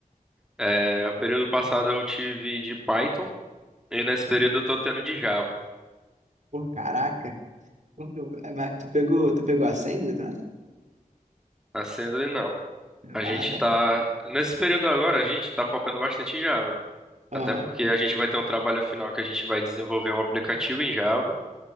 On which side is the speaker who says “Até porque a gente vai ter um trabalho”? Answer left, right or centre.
Centre